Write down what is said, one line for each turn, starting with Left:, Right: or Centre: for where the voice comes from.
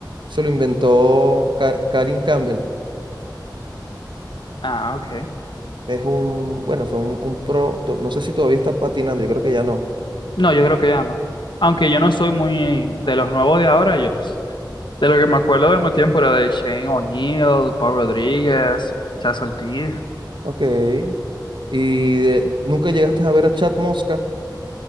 Right: Se lo inventó Ka- Karin Campbell.
Left: ah, ok.
Right: Es un, bueno, fue un, un pro, to- no sé si todavía está patinando, yo creo que ya no.
Left: No, yo creo que ya no. Aunque yo no soy muy de los nuevos de ahora, yo s- de lo que me acuerdo del mismo tiempo era de Shane O'Neill, Paul Rodríguez, Chas Ortiz.
Right: Ok. ¿Y de- nunca llegaste a ver a Chad Mosca?